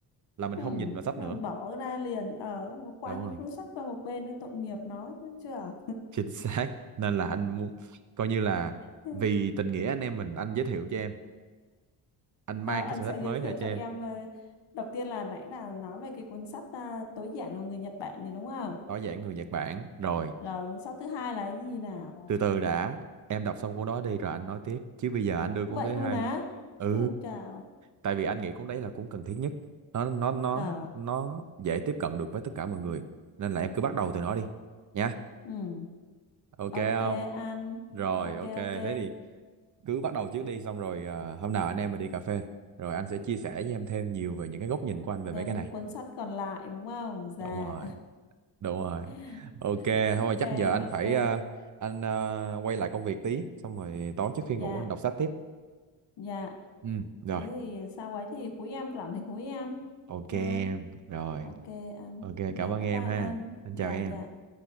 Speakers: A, on the right (about 40°); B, on the left (about 65°).
A: là mình
B: ừ
A: không nhìn vào sách
B: Thế
A: nữa
B: là bỏ ra liền ở quăng
A: đúng
B: cái
A: rồi
B: cuốn sách qua một bên nó tội nghiệp nó chứ chưa
A: <laughs> chính xác nên là anh muốn coi như là
B: ừ.
A: vì tình nghĩa anh em mình anh giới thiệu cho em anh mang
B: Tao anh
A: cái sở
B: sẽ
A: thích
B: giới
A: mới này
B: thiệu
A: cho
B: cho
A: em
B: em ờ, đầu tiên là nãy là nói về cái cuốn sách à, tối giản của người Nhật Bản gì đúng không
A: Tối giản người Nhật Bản rồi
B: rồi cuốn sách thứ hai là cái gì nào
A: từ từ đã em đọc xong cuốn đó đi rồi anh nói tiếp chứ bây giờ anh đưa cuốn
B: Vậy
A: thứ
B: luôn
A: hai
B: á?
A: ừ
B: Chu chào.
A: tại vì anh nghĩ cuốn đấy là cuốn cần thiết nhất nó nó nó
B: Ờ,
A: nó dễ tiếp cận được với tất cả mọi người nên là em cứ bắt đầu từ nó đi nha
B: ừ,
A: ok không
B: ok ăn.
A: rồi
B: Ok,
A: ok thế
B: ok.
A: thì cứ bắt đầu trước đi xong rồi à, hôm nào anh em mình đi cà phê rồi anh sẽ chia sẻ với em thêm nhiều về những cái góc nhìn của anh về
B: Thêm
A: mấy cái này
B: cái cuốn sách còn lại đúng không? Dạ.
A: đúng rồi đúng rồi
B: <laughs>
A: ok
B: Ok,
A: thôi chắc giờ anh
B: ok.
A: phải ờ, anh ờ, quay lại công việc tí xong rồi tối trước khi
B: Dạ,
A: ngủ anh đọc sách tiếp
B: dạ.
A: ừ rồi
B: Thế thì sau ấy thì húi em rảnh thì húi em.
A: ok
B: Ha.
A: em rồi
B: Ok, ăn.
A: ok
B: Dạ,
A: cảm ơn
B: bye
A: em
B: bye
A: ha
B: ăn.
A: anh
B: Dạ,
A: chào em
B: dạ.